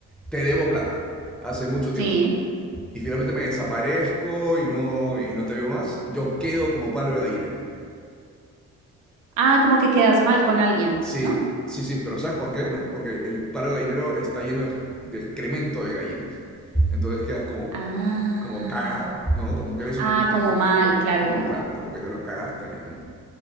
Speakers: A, in the centre; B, on the right (about 80°).
A: te debo plata hace mucho tiempo
B: Sí.
A: y finalmente me desaparezco y no, y no te veo más, yo quedo como palo de gallinero.
B: Ah, como que quedas mal con alguien,
A: Sí,
B: ¿no?
A: sí, sí, pero ¿sabes por qué, no? Porque el palo gallinero está lleno de, de excremento de gallinas. Entonces quedas como,
B: Ah.
A: como cagado, ¿no? Como que eres
B: Ah,
A: un...
B: como mal,
A: co-
B: claro,
A: Como,
B: como.
A: claro, como que te lo cagaste a alguien, ¿no?